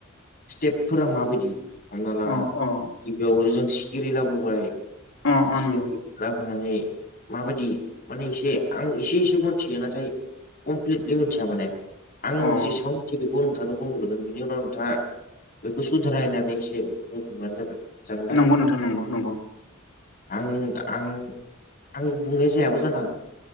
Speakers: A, on the left (about 45°); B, on the left (about 85°).
A: स्टेपफोरा माबायदि हमना ला
B: अ अ
A: गिबियावनो जों सिखिरि लाबोबाय
B: अ अ
A: सिखिरि
B: नंगौ
A: लाबोनानै माबायदि माने एसे आं एसे एसे मिथियो नाथाय। कमप्लिटलि मिथिया माने आं
B: अ
A: जेसेबां मिथिगो बेखौ नोंथांनो बुंग्रोगोन बिनि उनाव नोंथाङा बेखौ सुदारायनानै एसे बुंफिनबानो जाबाय। जागोन दा
B: नंगौ नोंथां नंगौ नंगौ।
A: आं आं आं बुंनाय जायाबो जानो हागौ।